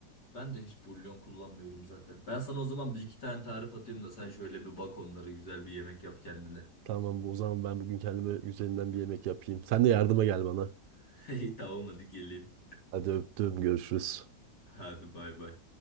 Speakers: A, on the left; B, on the right.
A: ben de hiç bulyon kullanmıyorum zaten. Ben sana o zaman bir iki tane tarif atayım da sen şöyle bir bak onları güzel bir yemek yap kendine.
B: Tamam bu o zaman ben bugün kendime üzerinden bir yemek yapayım. Sen de yardıma gel bana.
A: <laughs> İyi, Tamam hadi geleyim.
B: Hadi öptüm görüşürüz.
A: Hadi bay bay.